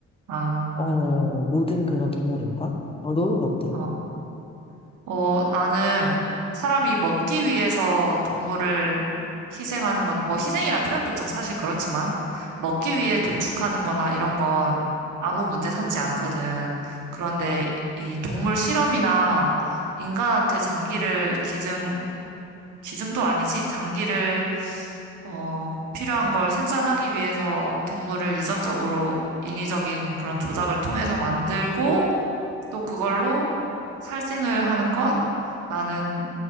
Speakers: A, on the right; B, on the left.
A: 아,
B: 어, 모든 그런 동물 인권? 어, 너는 어때?
A: 어, 어, 나는 사람이 먹기 위해서 동물을 희생하는 건, 뭐 희생이란 표현도 좀 사실 그렇지만, 먹기 위해 도축하는 거나 이런 건 아무 문제 삼지 않거든. 그런데 이 동물 실험이나 인간한테 장기를 기증 기증도 아니지. 단기를, 어, 필요한 걸 생산하기 위해서 동물을 유전적으로 인위적인 그런 조작을 통해서 만들고 또 그걸로 살생을 하는 건 나는